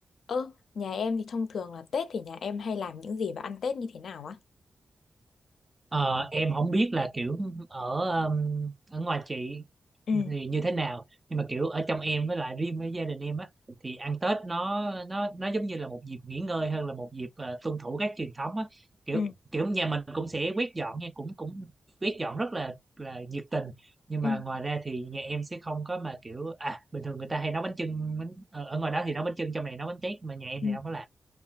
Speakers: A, on the left; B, on the right.
A: Ơ, nhà em thì thông thường là Tết thì nhà em hay làm những gì và ăn Tết như thế nào á?
B: Ờ, em không biết là kiểu ở um, ở ngoài chị
A: ừ
B: thì như thế nào nhưng mà kiểu ở trong em với lại riêng với gia đình em á thì ăn Tết nó nó nó giống như là một dịp nghỉ ngơi hơn là một dịp ờ, tuân thủ các truyền thống á kiểu
A: ừ
B: kiểu nhà mình cũng sẽ quét dọn nha cũng cũng quét dọn rất là là nhiệt tình nhưng
A: ừ
B: mà ngoài ra thì nhà em sẽ không có mà kiểu à bình thường người ta hay nấu bánh chưng bánh, ờ, ở ngoài đó thì nấu bánh chưng trong này nấu bánh tét mà nhà em
A: Ừ.
B: thì không có làm